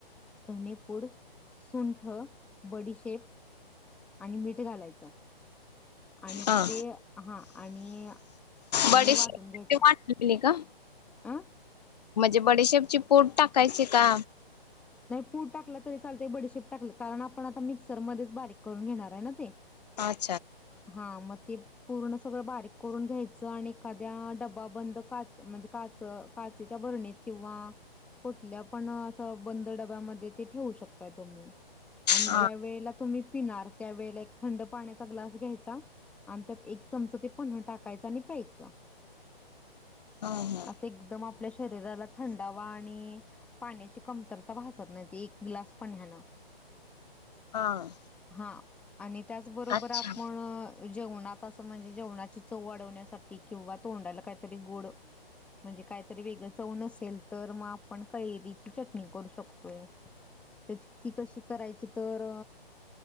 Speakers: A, in the centre; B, on the left.
A: धणेपूड सुंठ बडीशेप आणि मीठ घालायचं आणि
B: हा
A: ते हा आणि आणि
B: बडीशेपची
A: वाटून घ्यायचा
B: वाटलेली का
A: आ
B: म्हणजे बडेशेपची पोट टाकायचे का
A: पूर टाकला तरी चालते बडीशेप टाकलं कारण आपण आता मिक्सर मध्येच बारीक करून घेणार आहे ना ते
B: अच्छा
A: हा मग ते पूर्ण सगळं बारीक करून घ्यायचं आणि एखाद्या डबबा बंद काच म्हणजे काच काचेच्या वरणीत किंवा कुठल्या पण असं बंद डब्यामध्ये ते ठेवू शकताय तुम्ही आणि
B: हा
A: ज्या वेळेला तुम्ही पिणार त्यावेळेला एक थंड पाण्याचा ग्लास घ्याय आणि त्यात एक चमच ते पन टाकायच आणि प्यायच
B: हा हा
A: असं एकदम आपल्या शरीराला थंडावा आणि पाण्याची कमतरता भासत नाही एक ग्लास पण यानं
B: हा
A: हा आणि त्याचबरोबर
B: अच्छा
A: आ जेवणात अस म्हणजे जेवणाची चव वाढवण्यासाठी किंवा तोंडाला काहीतरी गोड म्हणजे काहीतरी वेगळ चव नसेल तर मग आपण कैरीची चटणी करू शकतोय त्याची ती कशी करायची तर